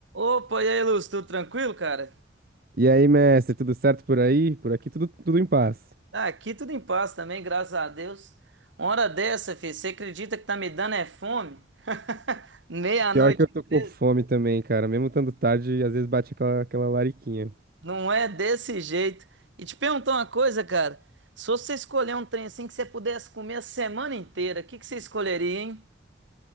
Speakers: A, on the right; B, on the right.
A: Opa, e aí, Lúcio, tudo tranquilo, cara?
B: E aí, mestre, tudo certo por aí? Por aqui tudo, tudo em paz.
A: Ah, aqui tudo em paz também, graças a Deus. Uma hora dessa, filho, você acredita que tá me dando é fome? <laughs> Meia-noite,
B: Pior que eu
A: e
B: tô com
A: 13?
B: fome também, cara. Mesmo estando tarde, às vezes bate aquela, aquela lariquinha.
A: não é desse jeito. E te perguntar uma coisa, cara. Se você escolher um trem assim que você pudesse comer a semana inteira, o que que você escolheria, hein?